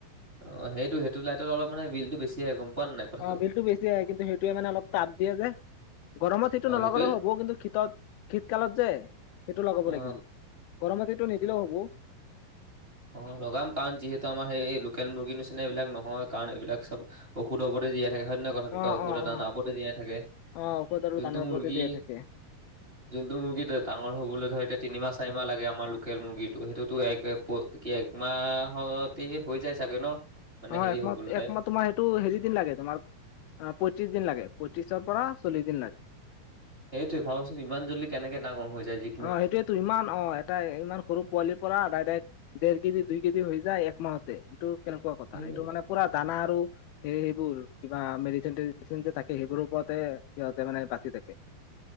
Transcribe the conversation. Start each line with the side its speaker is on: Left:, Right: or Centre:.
Right: অ', সেইটো, সেইটো লাইটত অলপ মানে বিলটো বেছিে গম পোৱা নাই। কথাটো
Left: অ', বিলটো বেছি আহে কিন্তু সেইটোোৱে মানে অলপ টাপ দিয়ে যে। গৰমত সেইটো
Right: অ
Left: ন'লগলেও
Right: সেইটোৱে
Left: হ'ব কিন্তু, শীতত শীতকালত যে সেইটো লগাব
Right: অ
Left: লাগিব। গৰমত সেইটো নিদিলেও হ'ব।
Right: অঁ, লগাম কাৰণ যিহেতু আমাৰ সেই লোকেল মুৰ্গীৰ নিচিনা এইবিলাক নহয়, কাৰণ এইবিলাক চব ঔষধৰ ওপৰতে জীয়াই থাকে হয় অন কথাটো,
Left: অ
Right: ঔষধ
Left: অ
Right: এটা
Left: অ
Right: ন উপৰতে জীয়াই থাকে,
Left: অ ঔষধ আৰু
Right: যোনটো
Left: দানৰ ওপৰতে
Right: মুৰ্গী
Left: দিয়া <inaudible>
Right: যোনটো মুৰ্গী ডাঙৰ হ'বলৈ ধৰ এতিয়া তিনিমাহ চাৰিমাহ লাগে আমাৰ লোকেল মুৰ্গীটো সেইটোতো এক কি একমাহতে হৈ যায় চাগৈ ন? মানে
Left: অ
Right: হেৰি
Left: একমাহ
Right: হৈ গ'লো তাই
Left: একমাহ তোমাৰ এটো হেৰিদিন লাগে তোমাৰ পঁত্ৰিশ দিন লাগে পঁত্ৰিচৰ পৰা চল্লিশ দিন লাগে।
Right: সেইটোৱে ভাবাচোন ইমান জল্দি কেনেকে ডাঙৰ হৈ যায় যি
Left: অ সেইটোয়েতো ইমান অ এট ইমান সৰু পোৱালিৰ পৰা ডাইৰেক্ট দেৰ কেজি দুই কেজি হৈ যায় একমাহতে। এইটো কেনেকুৱা কথা
Right: এই
Left: এইটো মানে পুৰা দানা আৰু সেই সেইবোৰ কিবা মেডিচিন চেডিচিন যে থাকে সেইবোৰ ওপৰতে সিহঁতে মানে বাচি থাকে।